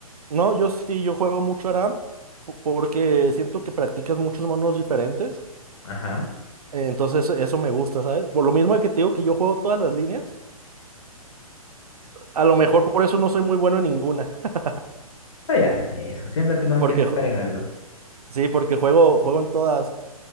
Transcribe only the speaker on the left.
Ajá.
No ya sé eso. Siempre tenemos
que destacar
en algo.